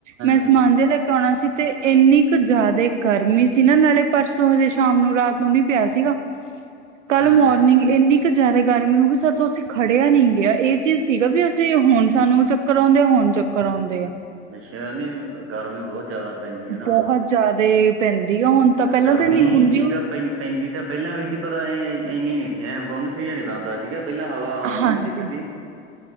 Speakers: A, on the right; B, on the right.
A: ਮੈਂ
B: ਹਾਂਜੀ
A: ਸਮਾਨ ਜਿਹਾ ਲੈ ਕੇ ਆਉਣਾ ਸੀ ਤੇ ਇੰਨੀ ਕੁ ਜ਼ਿਆਦਾ ਗਰਮੀ ਸੀ ਨਾ ਨਾਲੇ ਪਰਸੋਂ ਹਜੇ ਸ਼ਾਮ ਨੂੰ ਰਾਤ ਨੂੰ ਮੀਂਹ ਪਿਆ ਸੀਗਾ। ਕੱਲ
B: ਹਾਂਜੀ
A: ਮੋਰਨਿੰਗ
B: ਹਾਂਜੀ
A: ਇੰਨੀ ਜਿਆਦਾ ਗਰਮੀ ਹੋ ਗਈ ਸੋਚੋ ਅਸੀਂ ਖੜਿਆ ਨੀ ਗਿਆ। ਇਹ ਚੀਜ਼ ਸੀਗਾ ਵੀ ਅਸੀਂ ਹੁਣ ਸਾਨੂੰ ਚੱਕਰ ਆਉਂਦੇ, ਹੁਣ ਚੱਕ ਕਰਾਉਂਦੇ ਐ।
B: ਮਿਸੈਲ ਨੀ ਹੁੰਦਾ ਗਰਮੀ ਬਹੁਤ ਜ਼ਿਆਦਾ ਪੈਂਦੀ ਹੈ ਨਾ
A: ਬਹੁਤ
B: ਹੁਣ
A: ਜਿਆਦੇ ਪੈਂਦੀ ਆ ਹੁਣ ਤਾਂ ਪਹਿਲਾਂ
B: ਗਰਮੀ
A: ਤਾਂ ਇੰਨੀ ਹੁੰਦੀ
B: ਠੀਕ
A: ਹੋਈ
B: ਆ
A: ਨਹੀਂ
B: ਪੈਂ-ਪੈਂਦੀ
A: ਸੀ
B: ਤਾ ਪਹਿਲਾਂ ਵੀ ਸੀ। ਪਰ ਐਂ ਇੰਨੀ ਨੀ ਸੀ ਐਂ ਗੁੰਮਸ ਜਾ ਨੀ ਬਣਦਾ ਸੀਗਾ। ਪਹਿਲਾਂ ਹਵਾ ਆਉਂਦੀ
A: ਹਾਂਜੀ
B: ਹੁੰਦੀ ਸੀ ਠੰਡੀ,